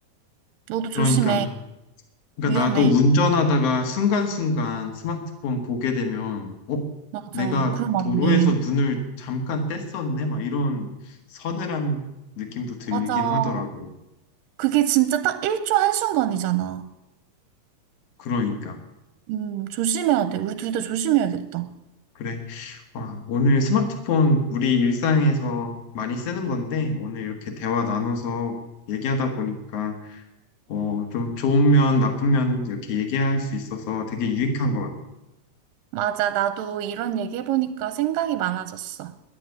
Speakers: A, on the right; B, on the left.
A: 너도 조심해.
B: 그러니까 그러니까
A: 위험해.
B: 나도 운전하다가 순간순간 스마트폰 보게 되면 어?
A: 맞아.
B: 내가
A: 그럼 안
B: 도로에서
A: 돼.
B: 눈을 잠깐 뗐었네? 막 이런 서늘한 느낌도 들긴
A: 맞아.
B: 하더라고.
A: 그게 진짜 딱 1초 한순간이잖아.
B: 그러니까.
A: 음, 조심해야 돼. 우리 둘 다 조심해야겠다.
B: 그래. 와, 오늘 스마트폰 우리 일상에서 많이 쓰는 건데, 오늘 이렇게 대화 나눠서 얘기하다 보니까, 어, 좀 좋은 면, 나쁜 면 이렇게 얘기할 수 있어서 되게 유익한 것 같아.
A: 맞아. 나도 이런 얘기 해보니까 생각이 많아졌어.